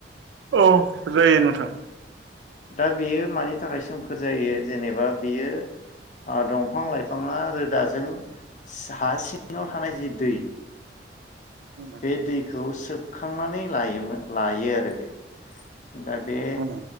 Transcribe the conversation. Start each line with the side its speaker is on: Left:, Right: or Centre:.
Right: औ जायो नोंथां।
Left: दा बेयो मानि थाखाय सोमखोर जायो जेनेबा बियो दंफां लाइफाङा रोदाजों हा सिङाव थानाय जि दै
Right: उम
Left: बे दैखौ सोबखांनानै लोयोमोन लायो आरो बे दा बे
Right: उम